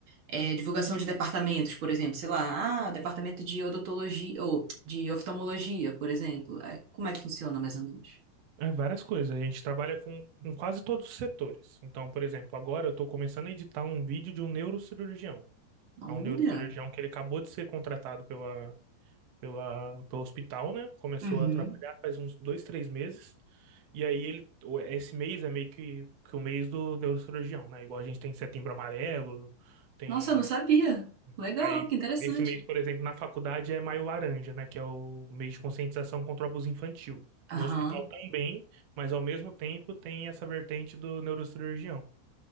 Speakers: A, on the right (about 60°); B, on the right (about 75°).
A: é, divulgação de departamentos, por exemplo, sei lá, ah, departamento de odontologia ou de oftalmologia, por exemplo. É, como é que funciona mais ou menos?
B: É várias coisas. A gente trabalha com, com quase todos os setores. Então, por exemplo, agora eu estou começando a editar um vídeo de um neurocirurgião.
A: Olha.
B: É um neurocirurgião que ele acabou de ser contratado pela pela, pelo hospital, né? Começou
A: Uhum.
B: a trabalhar faz uns dois, três meses. E aí ele, o- esse mês é meio que, que o mês do neurocirurgião, né? Igual a gente tem setembro amarelo, tem.
A: Nossa, eu não sabia. Legal,
B: Aí
A: que interessante.
B: esse mês, por exemplo, na faculdade é maio laranja, né? Que é o mês de conscientização contra o abuso infantil. No
A: Aham,
B: hospital também, mas ao mesmo tempo tem essa vertente do neurocirurgião.